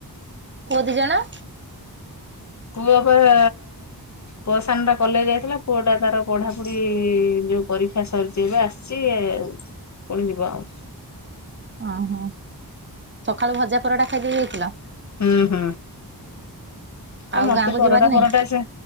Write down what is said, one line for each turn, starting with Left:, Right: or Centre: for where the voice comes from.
Right: ପୁଅ ଦି ଜଣ?
Left: ପୁଅ ପା ଆ ପୁଅ ସାନ ଟା କଲେଜ ଯାଇଥିଲା ପୁଅ ଟା ତାର ପଢାପଢି ଯୋଉ ପରୀକ୍ଷା ସାରିଛି ଏବେ ଆ ସିଏ ପୁଣି ଯିବ ଆଉ।
Right: ଓହୋ ସକାଳୁ ଭଜା ପରଟା ଖାଇଦେଇ ଯାଇଥିଲ।
Left: ହୁଁ ହୁଁ
Right: ଆଉ
Left: ଆ ମତେ
Right: ଗାଁକୁ
Left: ପରଟା
Right: ଯିବାର ନାଇଁ?
Left: ପରଟା ସେ